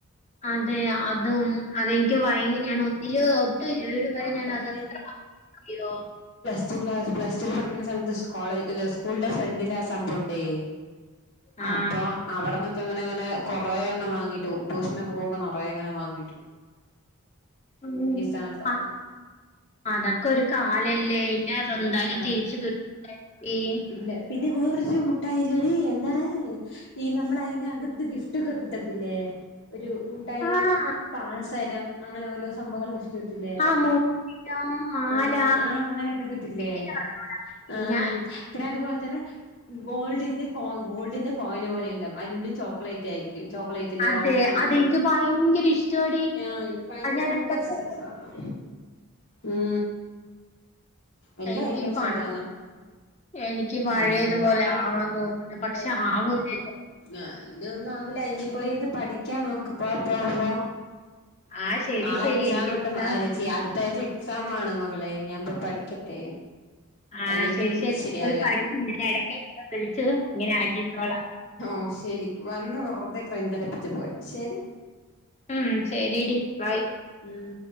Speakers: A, on the left; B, on the left.
A: അതേ അതും അതെനിക്ക് ഭയങ്ക ഞാൻ ഒന്നില് തൊട്ട് ഏഴ് വരെ
B: അതൊക്കെ
A: ഞാൻ അത് എത്ര വാങ്ങിയെന്നറിയോ
B: ച്ച് ക്ലാസ് പ്ലസ് ടൂല് പഠിക്കുന്ന സമയത്ത് സ് കോളേജ് സ്കൂളിന്റെ ഫ്രണ്ടില് ആ സംഭവുണ്ടേ
A: ആ
B: അപ്പോ അവിടൊന്നൊക്കെ അങ്ങനെങ്ങനെ കൊറേ എണ്ണം വാങ്ങിട്ടു പോവും ട്യൂഷ്നൊക്കെ പോകുമ്പോ നറയെ എങ്ങനെ വാങ്ങി
A: ഉം
B: ആണ് ആ സാധനം
A: അഹ് അതക്കൊരു കാലല്ലേ ഇനി അത് എന്താലും
B: ആഹ്
A: തിരിച്ചു കിട്ടി ല്ലേ
B: ഇല്ല പിന്നെ വേറൊരു മുട്ടായില്ലെടീ എന്താ ണ് ഈ നമ്മൾ അയിന ക്കത്ത് ഗിഫ്റ്റൊക്കെ കിട്ടത്തില്ലേ ഒരു മുട്ടായി
A: ആഹ്
B: പാർ തരം അങ്ങനെ ഓരോ സംഭവങ്ങള് ഗിഫ്റ്റ് കിട്ടില്ലേ
A: ആഹ് മോതിരം മാല
B: ഉം ആഹ അങ്ങനെയൊക്കെ കിട്ടില്ലേ
A: എനിക്കറിഞ്ഞൂടാ
B: ആ
A: ഞാ
B: പിന്നെ അതുപോലെ തന്നെ ഗോൾഡിന്റെ കോ ഗോൾഡിന്റെ കോയിന് പോലെ ഇണ്ടാവും അയിനുള്ളിൽ ചോക്ലേറ്റ് ആയിരിക്കും ചോക്ലേറ്റിന്റെ
A: അതെ
B: റൗണ്ട് ഷേയ്പ്പില്
A: അതെനിക്ക് ഭയങ്കര ഇഷ്ടാടി
B: ആ ഇൻക്ക് ഭയങ്കര
A: അത് ഞാൻ ഇടക്ക്
B: ഇഷ്ടാ സാധനം ഉം എൻക്ക്
A: എനിക്ക്
B: ഭയങ്കരഷ്ട്ടാ
A: പൺ
B: ആ സാനം
A: എനിക്ക് പഴയതുപോലെ
B: എനിക്ക് പയേതുണ്ട്
A: ആവാൻ തോന്നുന്നു പക്ഷെ ആവൂലല്ലോ
B: ആ ഇതൊന്നും ആവില്ല ഇനിപ്പര്ന്ന് പഠിക്കാൻ നോക്ക് പോ പോ പോ
A: ആഹ് ശരി
B: നാളെ
A: ശരി
B: എക്സാമ്ണ്ട്
A: എനിക്ക് എക്സാം
B: യേച്യേ അടുത്താഴ്ച എക്സാമാണ് മകളെ ഞാൻ പിറ് പഠിക്കട്ടെ
A: ആഹ
B: അല്ലെങ്കിൽ
A: ശരി ശരി
B: ശരിയാവില്ല
A: പോയി പഠി ഇങ്ങനെ എടക്ക് ഇങ്ങനെ വിളിച്ച് ഇങ്ങനെ ആക്കിക്കൊളാം
B: ഓ ശെരി വന്ന് വെറുതെ ക്രഞ്ചടിപ്പിച്ച് പോവാ ശെരി
A: ഉം ശരി ഡി ബൈ
B: ഉം